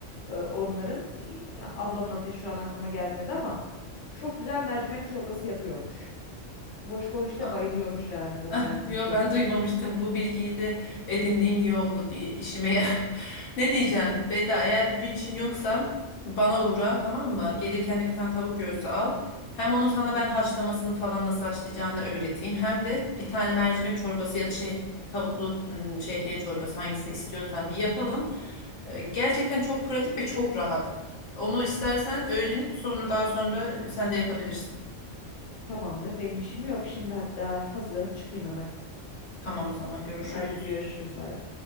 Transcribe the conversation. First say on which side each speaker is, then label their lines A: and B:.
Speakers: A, on the left (about 65°); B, on the left (about 80°).
A: Ee, onların e, ablanın adı şu an aklıma gelmedi ama çok güzel mercimek çorbası yapıyormuş. Boşkoviç
B: <laughs> Anladım.
A: de bayılıyormuş yani bu
B: Ah,
A: mercimek
B: yo
A: çorbasına.
B: ben duymamıştım. Bu bilgiyi de edindiğim iyi oldu. Bir işime yarar. <laughs> Ne diyeceğim? Beyda eğer bugün işin yoksa bana uğra tamam mı? Gelirken de bir tane tavuk göğsü al. Hem onu sana ben haşlamasını falan nasıl haşlayacağını öğreteyim. Hem de bir tane mercimek çorbası ya da şeh tavuklu ım, şehriye çorbası hangisini istiyorsan bir yapalım. Ee, Gerçekten çok pratik ve çok rahat. Onu istersen öğrenip sonra daha sonra sen de yapabilirsin.
A: Tamamdır, benim işim yok. Şimdi hatta hazırlanıp çıkayım hemen.
B: Tamam o zaman görüşürüz.
A: Hadi görüşürüz, bay bay.